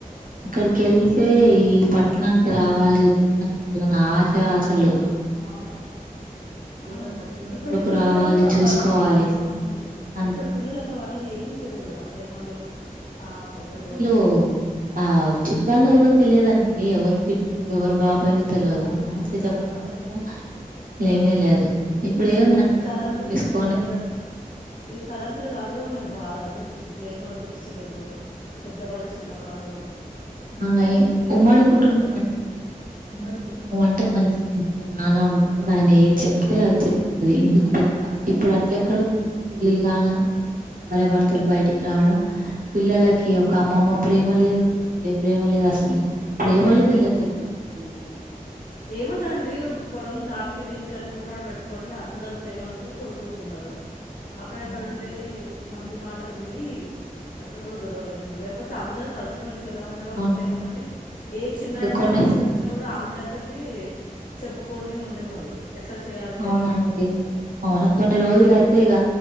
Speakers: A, on the right; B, on the left.
A: అక్కడికి వెళ్తే ఈ పట్టణానికి రావాలి ఉద్యోగం చేయాలని ఆశ ఆశలు
B: అవును ఆ
A: ఏదో డబ్బుల
B: ఇప్పటి
A: కొరకు
B: పిల్లలకు
A: రావాలి
B: అవి
A: చూసుకోవాలి
B: అవునండి
A: అంతే
B: ఇప్పటి పిల్లలకు అవన్నీ ఏం తెలిదు ప్రేమలు ఆ ఆప్యాయతలు
A: అసలు ఆ చ తాలు ఎవరో తెలియదండి ఎవరు పిన్నులు ఎవరు బాబాయిలు తెలియదు
B: అవును
A: నమస్తే చెప్పమంటే
B: ఆ, అదే
A: కూడా లేనే
B: ఆ,
A: లేదు ఇప్పుడు ఏముందండి
B: ఈ తరం
A: పెళ్లి
B: పిల్ల
A: చేసుకొని
B: అదే కదా ఈ తరం పిల్లలు అదే ఉన్నది బాధ అది అనిపిస్తుంది ప్రేమలు తెలుస్తలేవు పెద్దవాళ్ళు చిన్నవాళ్ళు
A: హాయ్
B: అవి ప్రేమలు
A: ఉమ్మడి కుటుంబ అంట ఉమ్మడి కుటుంబం అంటే మంచిగా ఇంట్లో నానా ఉంటు అయినా ఏ చెప్తే అది జరుగుతుంది ఇంటికి పెద్ద ఇప్పుడు అట్ల ఎక్కడ ఉందండి పళ్ళలు కారే వర్తలు పయ ఇటికి రావడం పిల్లలకి ఒక కామమ్మ ప్రేమ లేదు అ ప్రేమ లే అసలు ప్రేమలే తెలియట్లేవండి పిల్లలకి
B: ఏముంట అండి పోలం దాని దీనికన్ని కొట్లాట పెట్టుకంని అందరు ప్రేమలుంటే కోల్పోతున్నారు అక్కడక్కడ
A: అవునండి
B: ఉండే మంది మా బట్టలు విని అట్లా కూడా గొడవలు అవుతుయి లేకపోతే అందరు కలిసి మలిసి ఎలా ఉండేవాళ్ళం
A: అవును
B: ప్రేమ తోటి ఏ చిన్న
A: ఇంక కొన్ని
B: సమస్య వచ్చినా కూడా అందరి తోటి చెప్పుకొని ఉండేవాళ్ళు ఎట్లా చేయాలి
A: అవునండి
B: ఎట్లా అని చెప్పేసి
A: అవును కొన్ని
B: బాగుంటుండే
A: రోజుల అయితే ఇక